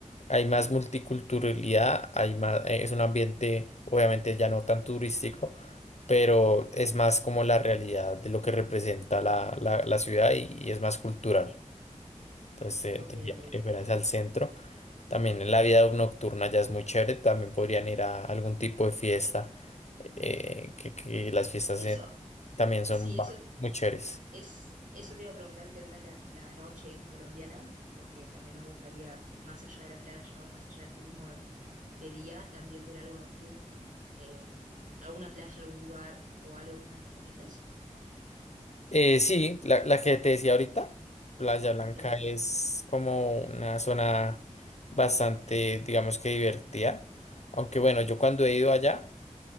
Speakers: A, on the left; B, on the right.
A: Hay más multiculturalidad, hay más, eh, es un ambiente obviamente ya no tan turístico, pero es más como la realidad de lo que representa la, la- la ciudad y, y es más cultural. Entonces
B: ok,
A: te, te diría
B: ok.
A: que fueras al centro. También en la vida nocturna ya es muy chévere, también podrían ir a algún tipo de fiesta, eh, que, que las fiestas
B: Eso,
A: eh, también son
B: sí,
A: ba-
B: eso
A: muy chéveres.
B: es, eso te iba a preguntar qué onda la, la noche colombiana, porque también nos gustaría, más allá de la playa o más allá del turismo de día, también ver algo nocturno, eh, alguna playa, algún lugar o algo que me recomiendes.
A: Eh, sí, la, la que te decía ahorita, Playa Blanca
B: Bien.
A: es como una zona bastante, digamos que divertida, aunque bueno, yo cuando he ido allá,